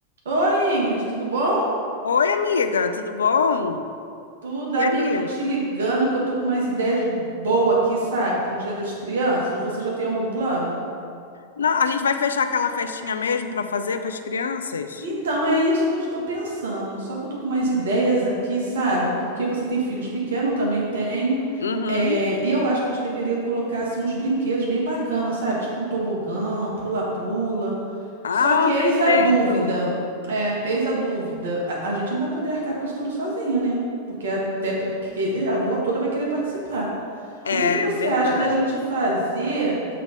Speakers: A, on the right; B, on the left.
A: Oi, Ingrid, tudo bom?
B: Oi, amiga, tudo bom?
A: Tudo,
B: E
A: amiga,
B: aí?
A: tô te ligando que eu tô com umas ideias boas aqui, sabe, pro Dia das Crianças. Você já tem algum plano?
B: Na- a gente vai fechar aquela festinha mesmo para fazer para as crianças?
A: Então, é isso que eu estou pensando. Só que eu tô com umas ideias aqui, sabe? Porque você tem filhos pequenos, eu também tenho.
B: Uhum.
A: É, e eu acho que a gente deveria colocar assim, uns brinquedos bem bacanas, sabe? Tipo um tobogã, pula-pula.
B: Ah,
A: Só que eis
B: perfeito.
A: a dúvida. É, eis a dúvida. A, a gente não vai poder arcar com isso tudo sozinha, né? Porque até porque a rua toda vai querer participar.
B: É
A: O que que você
B: verdade.
A: acha da gente fazer?